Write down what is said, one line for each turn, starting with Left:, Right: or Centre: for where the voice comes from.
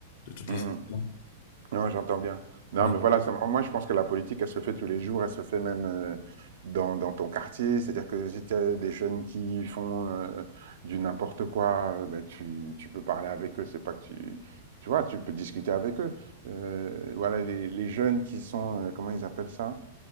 Left: de toutes
Right: Mmh
Left: les
Right: mh.
Left: façons.
Right: Non, j'entends bien. Non,
Left: Ouais,
Right: mais voilà, ça, moi je pense que la politique, elle se fait tous les jours, elle se fait même euh, dans, dans ton quartier. C'est-à-dire que si tu as des jeunes qui font euh, du n'importe quoi, euh, ben, tu, tu peux parler avec eux. C'est pas que tu, tu vois, tu peux discuter avec eux. Euh, voilà, les, les jeunes qui sont, euh, comment ils appellent ça?